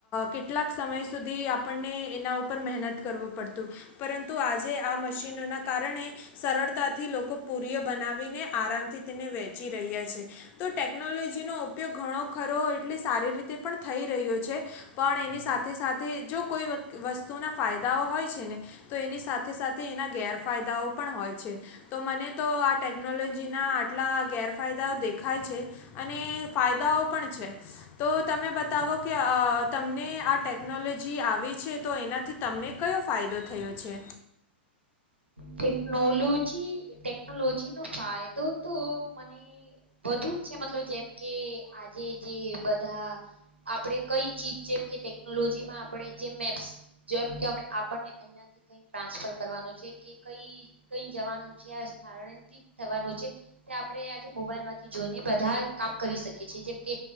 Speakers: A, on the left; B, on the right.
A: કેટલાક સમય સુધી આપણને એના ઉપર મહે કરવું પડતું પરંતુ આજે આ મશીનોના કારણે સરળતાથી લોકો પૂરી બનાવીને આરામથી તેને વેચી રહ્યા છે તો ટેકનોલોજી નો ઉપયોગ ઘણો ખરો એ સારી રીતે પણ થઈ રહ્યો છે પણ એની સાથે સાથે જો કોઈ વસ્તુના ફાયદા ા હોય છે ને તો એની સાથે સાથે એના ગેરફાયદાઓ પણ હોય છે તો મને તો ટેકનોલોજીના આટલા ગેરફાયદાઓ દેખાય છે અને ફાયદાઓ પણ છે તો તમે બતાવો કે તમને આ ટેકનોલોજી આવી છે તો એનાથી તને ને કયો ફાયદો થયો છે
B: ટેકનોલોજી ટેકનોલોજી નો ફાયદો તો મને વધુ છે મતલબ જેમ કે આજે જે બધા આપણે કઈ ચીજ જેમ કે ટેકનોલોજીમાં આપણે જે મેપ્સ જેમ કે આપને અહ ક ટ્રાસફર કઈ જવાનું છેથથી થવાનું છે આપે આજે મોબાઈલ માંથી જોઈને બધા કામ કરી શકે છે જેમકે